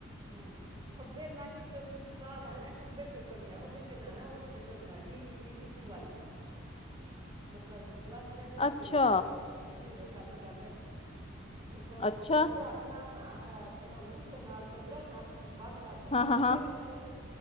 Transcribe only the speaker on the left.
ਅੱਛਾ
ਅੱਛਾ
ਹਾਂ ਹਾਂ
ਹਾਂ